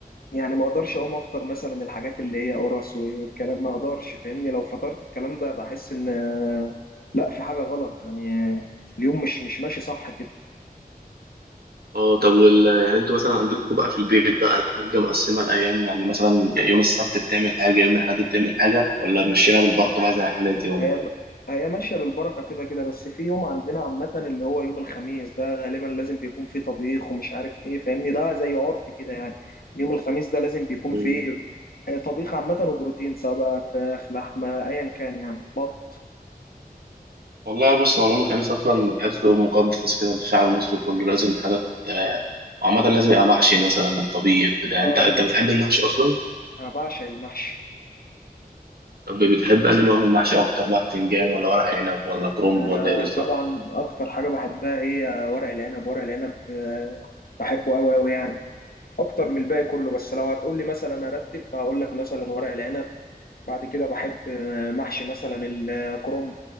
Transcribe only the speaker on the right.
اه طب وال يعني انتوا مثلا عندكم بقى في البيت بقى الحاجة مقسمة الأيام يعني مثلا يوم السبت بتعمل حاجة يوم الأحد بتعمل حاجة ولا مشينا بالبركة بقى زي حالاتي ولا
إيه؟
مم.
والله بص هو يوم الخميس أصلا تحسه يوم مقدس كده للشعب المصري كله لازم حاجات آه، وعامة لازم يبقى محشي مثلا طبيخ بتاع
أنت أنت بتحب المحشي أصلا؟
طب بتحب أنهي نوع من المحشي أكتر بقى بتنجان ولا ورق عنب ولا كرنب
ولا إيه بالظبط؟